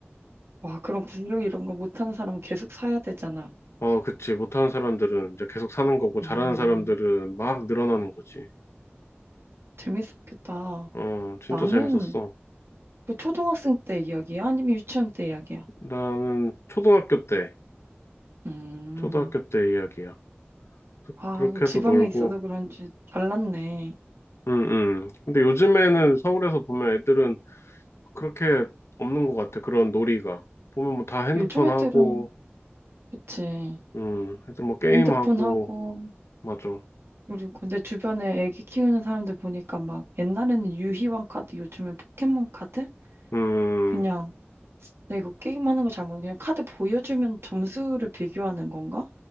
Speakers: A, on the right; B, on the left.
A: 와, 그럼 구력 이런 거 못하는 사람은 계속 사야 되잖아.
B: 어, 그치. 못하는 사람들은 이제 계속 사는 거고, 잘하는
A: 음,
B: 사람들은 막 늘어나는 거지.
A: 재밌었겠다.
B: 어, 진짜
A: 나는
B: 재밌었어.
A: 그 초등학생 때 이야기야? 아니면 유치원 때 이야기야?
B: 나는 초등학교 때,
A: 음,
B: 초등학교 때 이야기야. 그-
A: 아,
B: 그렇게
A: 그 지방에
B: 해서 놀고,
A: 있어서 그런지 달랐네.
B: 응, 응. 근데 요즘에는 서울에서 보면 애들은 그렇게 없는 것 같아. 그런 놀이가. 보면 뭐 다 핸드폰
A: 요즘 애들은,
B: 하고,
A: 그치.
B: 음, 애들 뭐 게임하고,
A: 핸드폰 하고,
B: 맞아.
A: 그리고 내 주변에 애기 키우는 사람들 보니까 막 옛날에는 유희왕 카드, 요즘엔 포켓몬 카드?
B: 음,
A: 그냥 내가 이거 게임하는 거 잘 모르겠는데 그냥 카드 보여주면 점수를 비교하는 건가?